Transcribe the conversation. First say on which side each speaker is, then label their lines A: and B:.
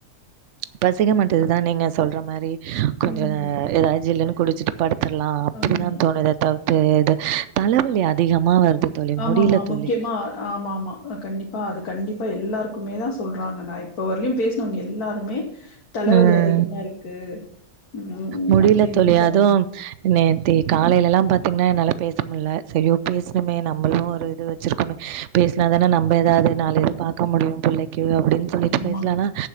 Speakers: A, on the right; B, on the left.
A: பசிக மாட்டது தா நீங்க சொல்ற மாறி கொஞ்ச
B: ம்.
A: ஏதாவது ஜில்லுன்னு குடிச்சிட்டு படு லா அப்டிதா
B: ஆமா.
A: தோணுது தவித்து இது தலைவலி அதிகமா வருது தோழி
B: ஆமாம்மா
A: முடியல தோழி
B: முக்கியமா ஆமாம்மா கண்டிப்பா அது கண்டிப்பா எல்லாருக்குமே தா சொல்றாங்க நா இப்ப வரையலயு பேசினவங்க எல்லாருமே தலைவலி
A: ம்
B: அதிகமா இருக்கு ம்
A: முடியல
B: அப்டின்னு
A: தோழி
B: தா சொல்றாங்க
A: அதுவும் நேத்தி காலையில எல்லா பாத்தீங்கன்னா என்னால பேச முல்ல ஐயோ பேசணுமே நம்மளு ஒரு இது வச்சிருக்குமே பேசினாதானே நம்ம ஏதாவது நாலு இது பாக்க முடியு புள்ளைக்கு அப்டின்னு சொல்லிட்டு
B: ஆமா.
A: பேசலானா